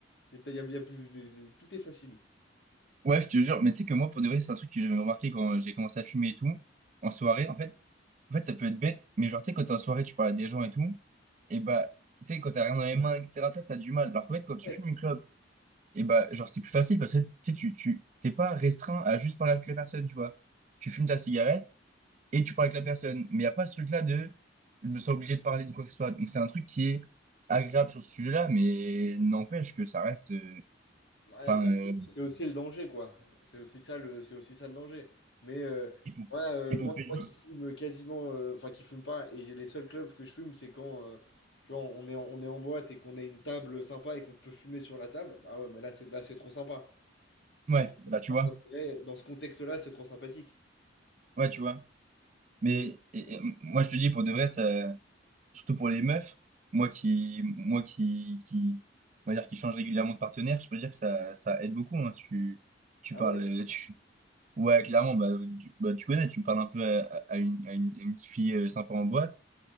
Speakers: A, on the left; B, on the right.
A: Y a- y a- y a plus, tout est facile.
B: ouais, je te jure, mais tu sais que moi, pour de vrai, c'est un truc que j'avais remarqué quand j'ai commencé à fumer et tout, en soirée, en fait. En fait, ça peut être bête, mais genre, tu sais, quand t'es en soirée, tu parles à des gens et tout, et bah, tu sais, quand t'as rien dans les mains, etc., tu sais, t'as du mal. Alors qu'en fait, quand tu
A: Ouais,
B: fumes une clope, et bah, genre, c'est plus facile parce que, tu sais, tu, tu, t'es pas restreint à juste parler avec la personne, tu vois. Tu fumes ta cigarette et tu parles avec la personne. Mais y a pas ce truc-là de, je me sens obligé de parler de quoi que ce soit. Donc, c'est un truc qui est agréable sur ce sujet-là, mais n'empêche que ça reste. euh,
A: ouais,
B: Enfin,
A: bah,
B: euh,
A: c'est aussi le danger, quoi. C'est aussi ça le, c'est aussi ça le danger. Mais euh,
B: épo-
A: moi, euh,
B: épopée
A: moi, moi
B: ju-
A: qui fume quasiment, euh, enfin qui fume pas, et les seuls clubs que je fume, c'est quand, euh, tu vois, on est en, on est en boîte et qu'on a une table sympa et qu'on peut fumer sur la table. Bah ouais, mais là, c'est là, c'est trop sympa.
B: Ouais,
A: En vrai,
B: bah tu
A: en
B: vois.
A: vrai, de vrai, dans ce contexte-là, c'est trop sympathique.
B: Ouais, tu vois. Mais
A: Et
B: et-
A: euh,
B: et moi, je te dis, pour de vrai, ça, surtout pour les meufs, moi qui, moi qui, qui, on va dire, qui change régulièrement de partenaire, je peux dire que ça, ça aide beaucoup. hein. Tu, tu
A: ah
B: parles,
A: ouais,
B: euh, tu, ouais, clairement, bah tu, bah, tu connais, tu parles un peu à, à- à une, à une, à une petite fille euh, sympa en boîte,